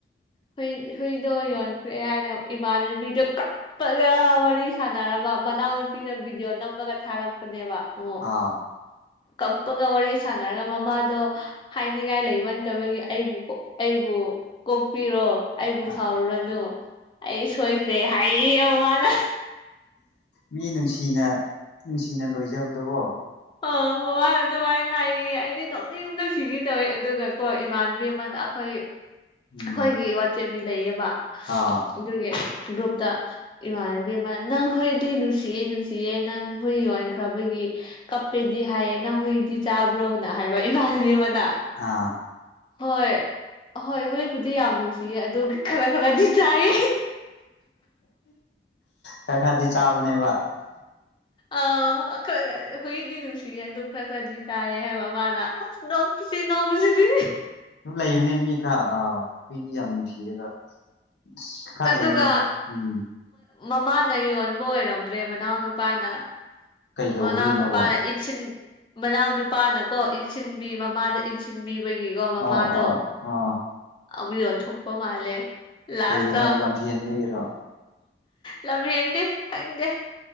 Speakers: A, on the left; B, on the left.
A: ꯍ ꯍꯨꯏꯗꯣ ꯌꯣꯟ ꯀꯑꯦ ꯍꯥꯏꯅ ꯏꯃꯥꯟꯅꯕꯤꯗꯣ ꯀꯞꯄꯒ ꯋꯥꯔꯤ ꯁꯥꯟꯅꯔꯕ ꯃꯅꯥꯎꯅꯨꯄꯤꯅ ꯣ ꯅꯝꯃꯒ ꯊꯥꯔꯛꯄꯅꯦꯕ ꯑꯃꯨꯛ
B: ꯍꯥꯥ
A: ꯀꯞꯄꯒ ꯋꯥꯔꯤ ꯁꯥꯟꯅꯔꯒ ꯃꯃꯥꯗꯣ ꯍꯥꯏꯅꯤꯡꯉꯥꯏ ꯂꯩꯃꯟꯗꯕꯒꯤ ꯑꯩꯕꯨ ꯑꯩꯕꯨ ꯀꯣꯛꯄꯤꯔꯣ ꯑꯩꯕꯨ
B: ꯑꯥ
A: ꯁꯥꯎꯔꯨꯔꯅꯨ ꯑꯩ ꯁꯣꯏꯈ꯭ꯔꯦ ꯍꯥꯏ ꯃꯃꯅ
B: ꯃꯤ ꯅꯨꯡꯁꯤꯅ ꯅꯨꯡꯁꯤꯅ ꯂꯣꯏꯖꯕꯗꯀꯣ
A: ꯑ ꯃꯃꯥꯅ ꯑꯗꯨꯃꯥꯏꯅ ꯍꯥꯏꯌꯦ ꯑꯩꯗꯤ ꯅꯣꯛꯅꯤꯡ ꯕꯅ ꯁꯤꯈꯤ ꯇꯧꯋꯦ ꯑꯗꯨꯒ ꯀꯣ ꯏꯃꯥꯟꯅꯕꯤ ꯑꯃꯅ ꯑꯩꯈꯣꯏ ꯑꯩꯈꯣꯏꯒꯤ
B: ꯎꯝ
A: ꯋꯥꯆꯦꯞꯄꯤ ꯂꯩꯌꯦꯕ
B: ꯑꯥ
A: ꯑꯗꯨꯒꯤ ꯒ꯭ꯔꯨꯞꯇ ꯏꯃꯥꯟꯅꯕꯤ ꯑꯃꯅ ꯅꯪ ꯍꯨꯏꯗꯤ ꯅꯨꯡꯁꯤꯑꯦ ꯅꯨꯡꯁꯤꯌꯦ ꯅꯪ ꯍꯨꯏ ꯌꯣꯟꯈ꯭ꯔꯕꯒꯤ ꯀꯞꯄꯦꯗꯤ ꯍꯥꯏꯌꯦ ꯅꯪ ꯍꯨꯏꯗꯤ ꯆꯥꯕ꯭ꯔꯣꯅ ꯍꯥꯏꯕ ꯏꯃꯥꯟꯅꯕꯤ ꯑꯃꯅ
B: ꯑꯥ
A: ꯍꯣꯏ ꯑꯍꯣꯏ ꯍꯨꯏꯕꯨꯗꯤ ꯌꯥꯝ ꯅꯨꯡꯁꯤꯌꯦ ꯑꯗꯣ ꯈꯔ ꯈꯔꯥꯗꯤ ꯆꯥꯏ
B: ꯈꯔ ꯈꯔꯗꯤ ꯆꯥꯕꯅꯦꯕ
A: ꯑ ꯑ ꯍꯨꯏꯗꯤ ꯅꯨꯡꯁꯤ ꯍꯥꯏ ꯗꯨꯒ ꯈꯔꯥ ꯈꯔꯥ ꯆꯥꯏ ꯍꯥꯏ ꯃꯃꯥꯅ ꯅꯣꯡꯄꯁꯤ ꯅꯣꯡꯄꯁꯤꯗꯤ
B: ꯑꯗꯨ ꯂꯩꯕꯅꯦ ꯃꯤ ꯈꯔ ꯑ ꯍꯨꯏꯗꯤ ꯌꯥꯝ ꯅꯨꯡꯁꯤꯔꯒ ꯑꯁ ꯈꯔ
A: ꯑꯗꯨꯒ
B: ꯂꯩꯌꯦꯅꯦ ꯎꯝ
A: ꯃꯃꯥꯅ ꯌꯣꯟꯕ ꯑꯣꯏꯔꯝꯗ꯭ꯔꯦ ꯃꯅꯥꯎ ꯅꯨꯄꯥꯅ
B: ꯀꯩ ꯇꯧꯕꯒꯤꯅꯣꯀꯣ
A: ꯃꯅꯥꯎ ꯅꯨꯄꯥꯅ ꯏꯟꯁꯤꯟ ꯃꯅꯥꯎ ꯅꯨꯄꯥꯅ ꯀꯣ ꯏꯟꯁꯤꯟꯕꯤ ꯃꯃꯥꯗ ꯏꯟꯁꯤꯟꯕꯤ ꯑꯩꯗꯨꯒꯤꯀꯣ ꯃꯃꯥꯗꯣ
B: ꯑꯣ ꯑꯣ ꯑꯣ
A: ꯑꯃꯨꯛ ꯌꯣꯟꯊꯣꯛꯄ ꯃꯥꯜꯂꯦ ꯂꯥꯁꯇ
B: ꯀꯩꯒꯤꯅꯣ ꯂꯝꯍꯦꯟꯕꯒꯤꯔꯣ
A: ꯂꯝꯍꯦꯟꯗꯦ ꯈꯪꯗꯦ